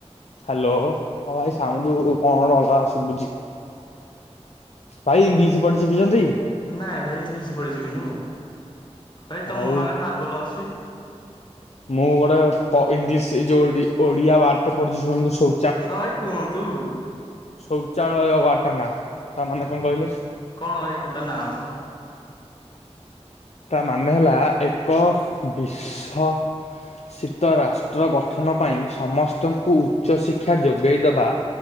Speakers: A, on the left; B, on the left.
A: ହାଲୋ ହଁ ଭାଇ ସାଉଣ୍ଡୁ କଣ ଅଲଗା ଶୁଭୁଛି। ଭାଇ ଇଂଲିଶ ପଢି ଶିଖିଛନ୍ତି।
B: ନାଇଁ ଭାଇ ଇଂଲିଶ ପଢି ଶିଖିନୁ। ଭାଇ ତମ
A: ଆଉ
B: ଗାଁରେ ମାର୍ବଲ ଅଛି।
A: ମୁଁ ଗୋଟେ ପ ଇଂଲିଶି ଏ ଯୋଉ ଓଡି ଓଡିଆ ୱାର୍ଡ ଟେ ପଢୁଛି ଶୁଣନ୍ତୁ ସ
B: ହଁ ଭାଇ କୁହନ୍ତୁ।
A: ଶୌଚାଳୟ ୱାର୍ଡ ତା ନା ତା ମାନେ କଣ କହିଲେ?
B: କଣ ଭାଇ ତା ନାଁ ଅର୍ଥ
A: ତା ମାନେ ହେଲା ଏକ ବିଶ ଶିତ ରାଷ୍ଟ୍ର ଗଠନ ପାଇଁ ସମସ୍ତଙ୍କୁ ଉଚ୍ଚଶିକ୍ଷା ଯୋଗେଇ ଦବା